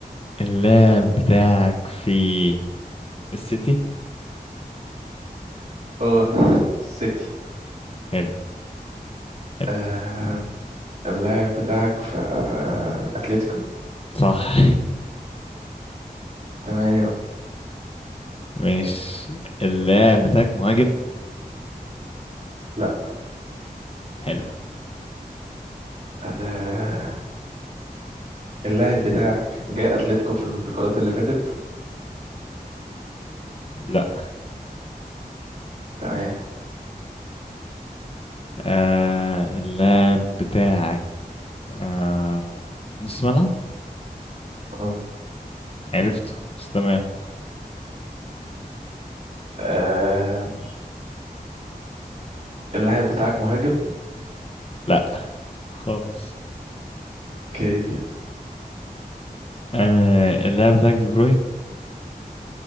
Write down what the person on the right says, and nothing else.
اه سيتي
آه اللاعب بتاعك في آه أتلتيكو
تمام
لا
آه اللاعب بتاعك جاي اتلتيكو في الانتقالات اللي فاتت
تمام
اه
آه، اللاعب بتاعك مهاجم
اوكي